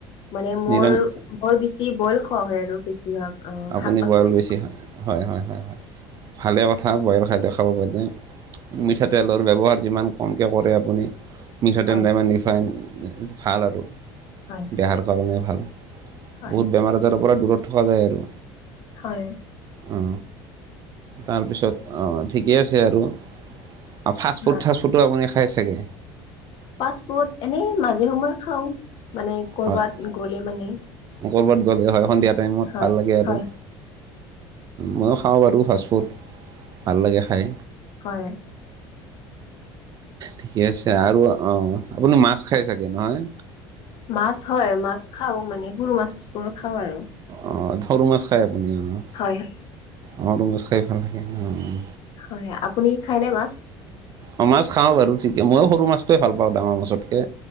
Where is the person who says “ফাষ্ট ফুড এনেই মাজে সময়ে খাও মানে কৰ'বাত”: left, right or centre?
Left